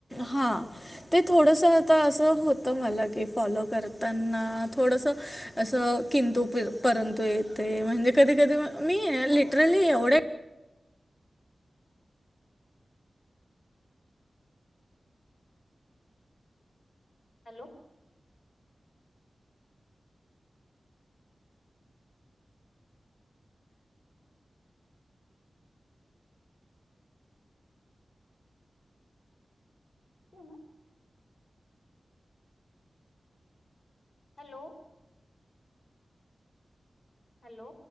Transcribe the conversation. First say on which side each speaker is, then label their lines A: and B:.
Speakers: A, on the left (about 20°); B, on the left (about 65°).
A: हा ते थोडस आता असं होतं मला की फॉलो करताना थोडस असं किंतु परंतु येते म्हणजे कधी कधी मी
B: होत
A: लिटरली
B: होत
A: एवढे
B: हम्म हॅलो हो ना हॅलो हॅलो